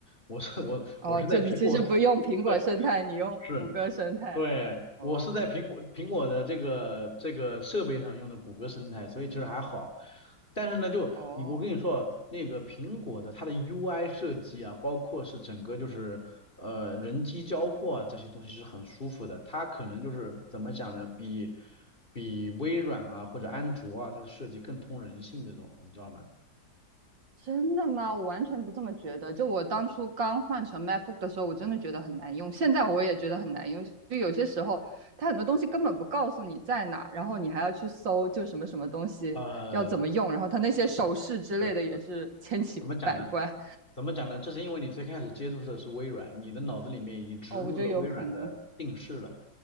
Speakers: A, on the left; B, on the right.
A: 我是我我是在苹果，
B: 哦，就你其实不用苹果生态，
A: <laughs> 对，
B: 你用谷歌生态。
A: 是，对，
B: 哦
A: 我是在苹果苹果的这个这个设备上用的谷歌生态，所以其实还好。但是呢，就你我跟你说，
B: 哦，
A: 那个苹果的它的 UI 设计啊，包括是整个就是呃人机交互啊这些东西是很舒服的，它可能就是怎么讲呢，比比微软啊或者安卓啊它的设计更通人性这种，你知道吗？
B: 真的吗？我完全不这么觉得。就我当初刚换成 MacBook 的时候，我真的觉得很难用，现在我也觉得很难用。就有些时候，它很多东西根本不告诉你在哪，然后你还要去搜，就什么什么东西要怎么用，
A: 呃，
B: 然后它那些手势之类的也是千奇百怪。
A: 是怎么讲呢？怎么讲呢？这是因为你最开始接触的是微软，你的脑子里面已经植入了微软的定式了。
B: 哦，我觉得有可能。